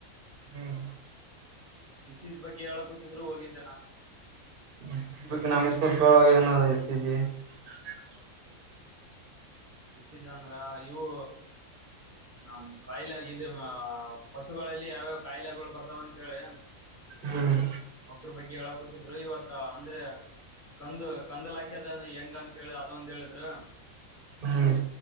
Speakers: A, on the right (about 60°); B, on the right (about 15°).
A: ಹ್ಮ್
B: ಡಶೀಸ್ ಬಗ್ಗೆ ಹೇಳ ಕೂತಿದ್ರು ಹೋಗಿದ್ದೆ ನಾನು.
A: <unintelligible> <inaudible>
B: ಇ ಸಿ ಜಿ ಅಂದ್ರ ಇವು. ನಮ್ ಕಾಯಿಲೆ ಇ ಪಶುಗಳಲ್ಲಿ ಯಾವ್ಯಾವ ಕಾಯಿಲೆಗಳು ಬರ್ತಾವಂತ ಹೇಳಿ.
A: ಹ್ಮ
B: ಅವಕ್ಕ್ರ ಬಗ್ಗೆ ಹೇಳ ಕೂತಿದ್ರು ಇವತ್ತ ಅಂದ್ರೆ. ಕಂದು ಕಂದಲ ಹಾಕ್ಯ ಅದ ಹೆಂಗಂತ ಹೇಳಿ ಅದ ಒಂದ ಹೇಳಿದ್ರ.
A: ಹ್ಮ್